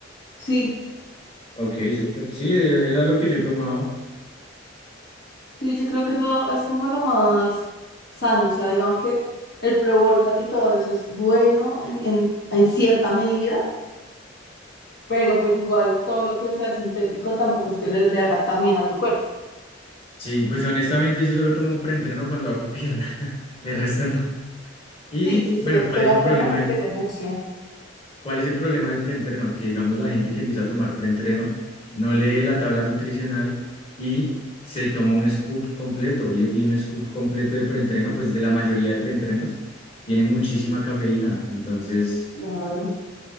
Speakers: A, on the left; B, on the left.
A: Sí,
B: Ok, súper. Sí, e- era lo que yo tomaba.
A: sí, yo creo que es, lo, es como lo más sano, o sea, digamos que el pre-workout y todo eso es bueno en, en, en cierta medida, pero pues igual todo lo que sea sintético tampoco es que le, le haga tan bien a tu cuerpo.
B: Sí, pues honestamente yo solo tomo preentreno cuando hago pierna. <laughs> De resto no. Y
A: Sí, sí,
B: bueno,
A: sí, es
B: ¿cuál
A: que
B: es
A: la
B: el problema
A: pierna requiere
B: del
A: energía.
B: ¿Cuál es el problema del preentreno? Que digamos la gente que empieza a tomar preentreno no lee la tabla nutricional y se toma un scoop completo y, y un scoop completo de preentreno, pues de la mayoría de preentrenos tiene muchísima cafeína. Entonces,
A: Claro.